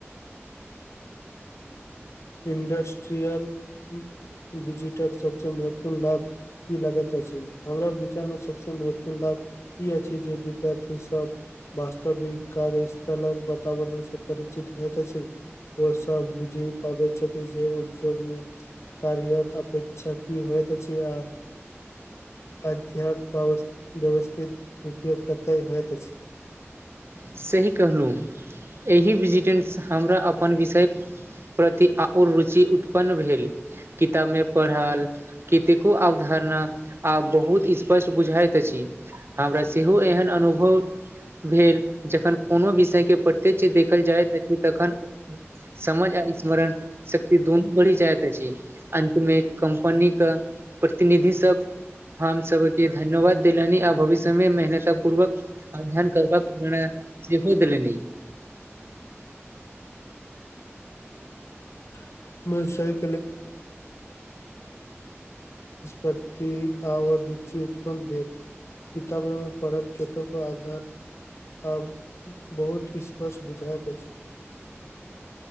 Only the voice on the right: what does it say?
सही कहलहुँ एहि विजिटेन्स हमरा अपन विषय प्रति आओर रुचि उत्पन्न भेल किताब मे पढ़ल केतेको अवधारणा आब बहुत स्पष्ट बुझाइत अछि हाबरा सेहो एहन अनुभव भेल जखन कोनो विषय के प्रत्यक्ष देखल जाइत अछि तखन समझ आ स्मरण शक्ति दुनू बढ़ी जाइत अछि अन्तमे कम्पनी क प्रतिनिधि सब हम सब के धन्यवाद देलनि आ भविष्य मे मेहनत पूर्वक अध्ययन करबक प्रनय सेहो देलनि